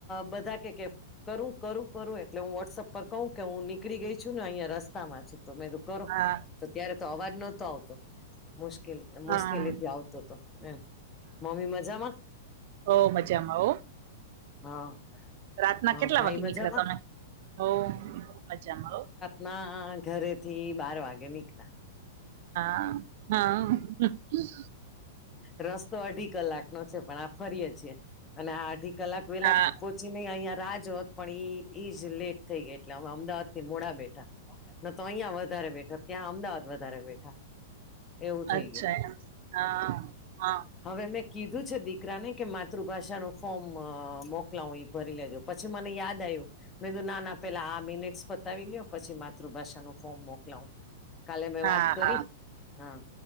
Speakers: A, on the left (about 20°); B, on the right (about 60°).
A: બધા કે, કે કરું, કરું, કરું, એટલે હું વોટ્સઅપ પર કહું કે, હું નીકળી ગઈ છું ને, અહીંયા રસ સ્તામાં છું તો, મે તો કરો
B: હા
A: તો, ત્યારે તો અવાજ નતો આવતો, મુશ કે
B: હા
A: મુશ્કેલી થી આવતોતો, એમ મમ્મી મજા માં.
B: ઓ મજામાં ઓ.
A: હા.
B: રાતના
A: હા
B: કેટલા
A: ભાઈ
B: વાગે
A: મજામાં
B: નીકળ્યા તમે? હઉ મજામાં હો.
A: ના, ઘરેથી બાર વાગે નીકળ્યા.
B: હા હા.
A: રસ્તો અઢી કલાક નો છે, પણ આ ફરીએે છીએ, અને આ અઢી કલાક વેલા
B: હા
A: પો ચીને, અહિયાં રાહ જોવત, પણ ઈ ઈજ લેટ થઈ ગઈ, એટલે અમે અમદાવાદ થી મોડા બેઠા. ન તો અહિયાં વધારે બેઠા, ત્યાં અમદાવાદ વધારે બેઠા. એવું થઈ
B: અચ્છા,
A: ગયું
B: એમ હા, હા.
A: હવે મેં કીધું છે, દીકરા ને કે માતૃભાષાનો ફોર્મ મોકલાવ એ ભરી લેજો, પછી મને યાદ આવ્યું. મે તો નાના પેલા આ મિનિટસ પતાવી લ્યો, પછી માતૃભાષા નું ફોર્મ મોકલાવું. કાલે મેં
B: હા
A: વાત કરી.
B: હા
A: હા,